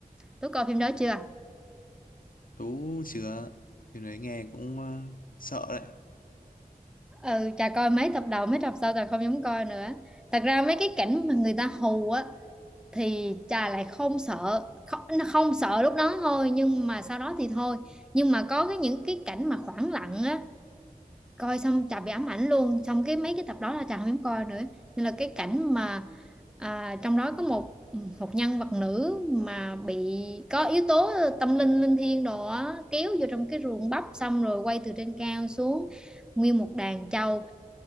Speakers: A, in the centre; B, on the left.
A: tôi coi phim đó chưa
B: tú chưa cái đấy nghe cũng ờ, sợ đấy
A: ừ chà coi mấy tập đầu mấy tập sau chà không dám coi nữa thật ra mấy cái cảnh mà người ta hù á thì trà lại không sợ không, nó không sợ lúc đó thôi nhưng mà sau đó thì thôi nhưng mà có cái những cái cảnh mà khoảng lặng á coi xong trà bị ám ảnh luôn xong cái mấy cái tập đó là trà không dám coi nữa nên là cái cảnh mà à, trong đó có một một nhân vật nữ mà bị có yếu tố tâm linh linh thiêng đồ á kéo vô trong cái ruộng bắp xong rồi quay từ trên cao xuống nguyên một đàn trâu